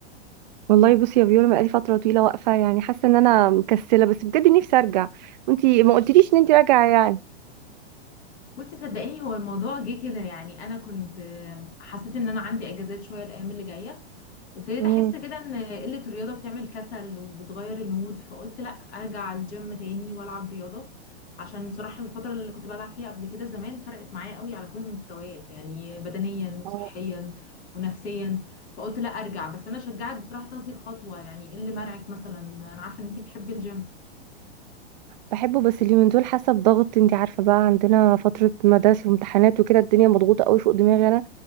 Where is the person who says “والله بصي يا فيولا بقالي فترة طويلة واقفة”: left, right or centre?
Right